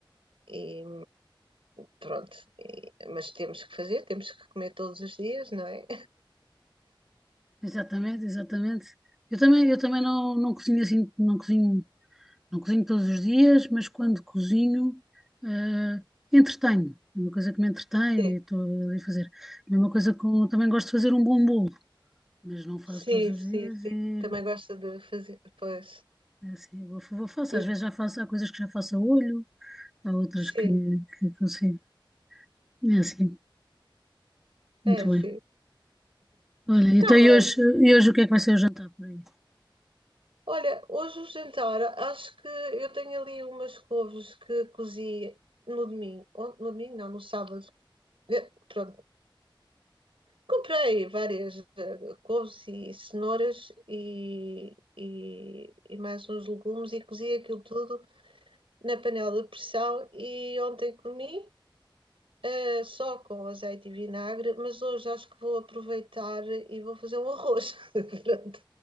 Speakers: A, on the right; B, in the centre.
A: E pronto, e- mas temos que fazer, temos que comer todos os dias, não é?
B: exatamente, exatamente. Eu também, eu também não, não cozinho assim, não cozinho, não cozinho todos os dias, mas quando cozinho, eh, entretenho. É uma coisa que me entretém
A: <laughs>
B: e estou ali a fazer. Mesma coisa com, também gosto de fazer um bom bolo, mas não faço
A: Sim,
B: todos os
A: sim,
B: dias
A: sim. sim.
B: e
A: Também gosta de fazer, pois.
B: é assim, vou, vou faço.
A: E-
B: Às vezes já faço, há coisas que já faço a olho, há outras
A: Sim,
B: que, que consigo. É assim, muito
A: é, sim.
B: bem. Olha,
A: Está
B: então e
A: bem.
B: hoje, e hoje o que é que vai ser o jantar por aí?
A: Olha, hoje o jantar, acho que eu tenho ali umas couves que cozi no domingo. On- No domingo, não, no sábado. Eh, Pronto, Comprei várias eh, couves e cenouras e, e, e mais uns legumes e cozi aquilo tudo na panela de pressão e ontem comi eh, só com azeite e vinagre, mas hoje acho que vou aproveitar e vou fazer um arroz. <laughs> Pronto.